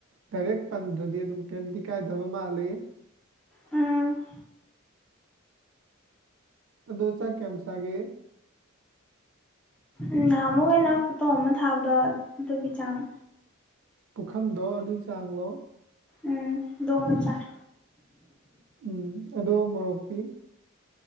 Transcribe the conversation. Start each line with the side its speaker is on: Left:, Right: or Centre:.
Right: ꯗꯥꯏꯔꯦꯛ ꯄꯟꯗ꯭ꯔꯗꯤ ꯑꯗꯨꯝ ꯀꯩꯝꯇꯤ ꯀꯥꯏꯗꯕ ꯃꯥꯜꯂꯤ
Centre: ꯎꯝ
Right: ꯑꯥꯗꯣ ꯆꯥꯛ ꯀꯌꯥꯝ ꯆꯥꯒꯦ
Centre: ꯎꯝ ꯅꯍꯥ ꯑꯃꯨꯛ ꯑꯩꯅꯥ ꯐꯣꯇꯣ ꯑꯃ ꯊꯥꯕꯗꯣ ꯑꯗꯨꯒꯤ ꯆꯥꯡ
Right: ꯄꯨꯈꯝꯗꯣ ꯑꯗꯨꯏ ꯆꯥꯡꯂꯣ
Centre: ꯎꯝ ꯗꯣꯃꯥ ꯆꯥꯥ
Right: ꯎꯝ ꯑꯗꯣ ꯃꯣꯔꯣꯛꯐꯤ